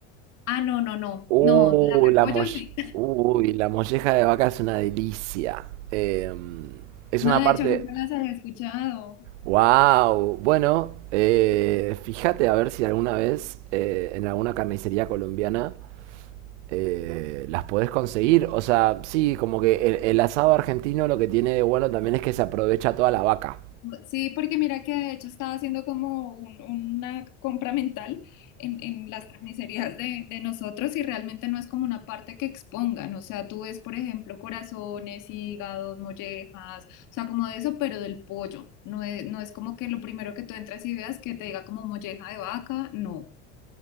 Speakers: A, on the left (about 60°); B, on the right (about 85°).
A: Ah, no, no, no,
B: Uh,
A: no, las de
B: la
A: pollo
B: molle-
A: sí.
B: Uy, la molleja de vaca es una delicia. Eh,
A: <laughs>
B: es
A: No,
B: una
A: de
B: parte...
A: hecho, nunca las había escuchado.
B: Wow. Bueno, eh, fíjate a ver si alguna vez eh, en alguna carnicería colombiana eh, las podés conseguir. O sea, sí, como que el, el asado argentino lo que tiene de bueno también es que se aprovecha toda la vaca.
A: Sí, porque mira que de hecho estaba haciendo como un- una compra mental en, en las carnicerías de, de nosotros y realmente no es como una parte que expongan, o sea, tú ves, por ejemplo, corazones, hígados, mollejas, o sea, como de eso, pero del pollo, no es, no es como que lo primero que tú entras y veas que te diga como molleja de vaca, no,